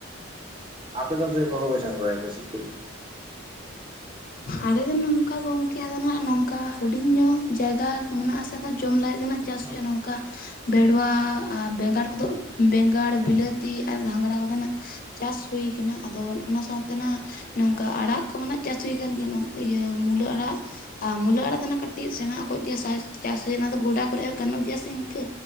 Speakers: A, on the right; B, on the left.
A: ᱟᱯᱮ ᱫᱚ ᱪᱮᱫ ᱠᱚᱦᱟᱸᱵᱟᱯᱮ ᱪᱟᱥ ᱵᱟᱲᱟᱭ ᱪᱤᱫ ᱠᱩᱭ <unintelligible> ᱼᱼ
B: ᱟᱞᱮ ᱫᱚ ᱱᱚᱝᱠᱟ ᱜᱚᱝᱠᱮ ᱟᱫᱚ ᱱᱟᱦᱟᱜ ᱱᱚᱝᱠᱟ ᱦᱩᱰᱤᱧ ᱧᱚᱜ ᱡᱟᱭᱜᱟ ᱢᱮᱱᱟᱜ ᱟᱥᱮ ᱡᱚᱢ ᱞᱟᱹᱜᱤᱫ ᱫᱚ ᱼ ᱪᱟᱥ
A: ᱦᱮᱸ
B: ᱦᱩᱭᱩᱜᱼᱟ ᱱᱚᱝᱠᱟ ᱵᱮᱲᱣᱟ ᱟ ᱵᱮᱸᱜᱟᱲ ᱠᱚᱫᱚ ᱼᱼ ᱵᱮᱸᱜᱟᱲ ᱵᱤᱞᱟᱹᱛᱤ ᱟᱨ ᱜᱷᱟᱸᱜᱽᱨᱟ ᱠᱚᱜᱮ ᱱᱟᱦᱟᱜ ᱪᱟᱥ ᱦᱩᱭ ᱠᱟᱱᱟ ᱟᱫᱚ ᱚᱱᱟ ᱥᱟᱶᱛᱮ ᱼᱼ ᱛᱮ ᱱᱚᱝᱠᱟ ᱟᱲᱟᱜ ᱠᱚᱢᱟ ᱱᱟᱦᱟᱜ ᱪᱟᱥ ᱦᱩᱭ ᱟᱠᱟᱱ ᱜᱮᱭᱟ, ᱤᱭᱟᱹ ᱢᱩᱞᱟᱹ ᱟᱲᱟᱜ ᱾ ᱟᱨ ᱢᱩᱞᱟᱹ ᱟᱲᱟᱜ ᱫᱚ ᱱᱟᱦᱟᱜ ᱠᱟᱹᱴᱤᱡ ᱥᱮᱬᱟ ᱚᱠᱚᱡ ᱜᱮᱭᱟ ᱪᱟᱥᱮ, ᱱᱚᱣᱟ ᱫᱚ ᱜᱚᱰᱟ ᱠᱚᱨᱮ ᱦᱚᱸ ᱜᱟᱱᱚᱜ ᱜᱮᱭᱟ ᱥᱮ ᱤᱱᱠᱟᱹ᱾